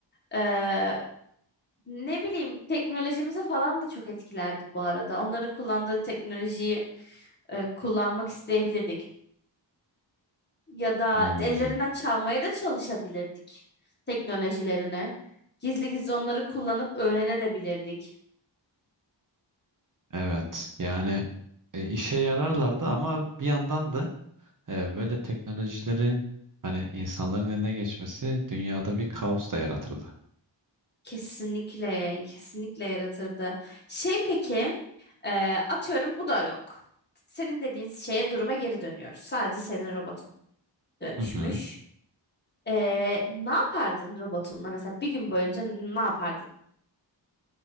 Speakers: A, on the left; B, on the right.
A: eee, Ne bileyim teknolojimizi falan da çok etkilerdi bu arada. Onların kullandığı teknolojiyi e, kullanmak isteyebilirdik. Ya da
B: Hmm.
A: ellerinden çalmaya da çalışabilirdik teknolojilerini. Gizli gizli onları kullanıp öğrenebilirdik.
B: Evet. Yani e, işe yararlardı ama bir yandan da Ee, böyle teknolojilerin hani insanların eline geçmesi dünyada bir kaos da yaratırdı.
A: Kesinlikle, kesinlikle yaratırdı. Şey peki, e, atıyorum bu da yok. Senin dediğin şeye duruma geri dönüyoruz. Sadece senin robotun dönüşmüş.
B: Hı hı.
A: E, ne yapardın robotunla? Mesela bir gün boyunca ne yapardın?